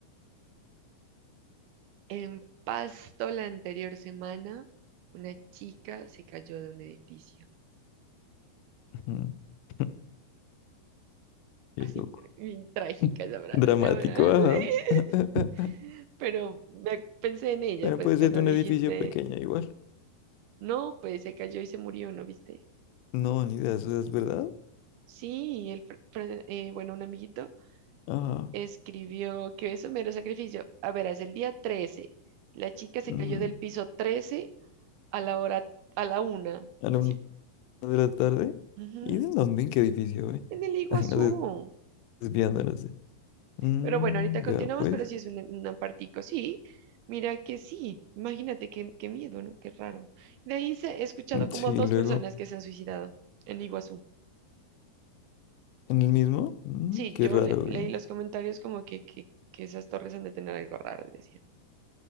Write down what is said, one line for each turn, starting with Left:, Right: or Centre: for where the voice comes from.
Right: En Pasto la anterior semana, una chica se cayó de un edificio.
Left: Ujú. <laughs> Qué
Right: Así,
Left: loco.
Right: bien trágica
Left: <laughs>
Right: esa frase,
Left: Dramático,
Right: la verdad.
Left: ajá.
Right: <laughs>
Left: <laughs>
Right: Pero me- pensé en ella,
Left: Bueno,
Right: pues
Left: puede
Right: cuando
Left: ser de un
Right: dijiste,
Left: edificio pequeño igual.
Right: no, pues se cayó y se murió, ¿no viste?
Left: No, ni idea, eso es verdad.
Right: Sí, el, fr- fr- eh, bueno, un amiguito
Left: Ajá.
Right: escribió que eso mero sacrificio. A ver, es el día 13. La chica se
Left: ujú.
Right: cayó del piso 13 a la hora, a la una.
Left: A la
Right: Así.
Left: una de la tarde.
Right: Ujú.
Left: ¿Y de dónde? ¿En qué edificio, eh?
Right: en el Iguazú.
Left: Así nos <laughs> des- desviándonos. de- Mm,
Right: Pero bueno, ahorita continuamos,
Left: vea, pues.
Right: pero sí es un, un apartico, sí. Mira que sí, imagínate qué, qué miedo, ¿no? Qué raro. De ahí se, he escuchado
Left: Mm,
Right: como
Left: Sí,
Right: a dos
Left: luego.
Right: personas que se han suicidado en Iguazú.
Left: ¿En el mismo? Mm,
Right: Sí,
Left: qué
Right: yo
Left: raro,
Right: le- leí
Left: eh.
Right: los comentarios como que, que, que esas torres han de tener algo raro, decían.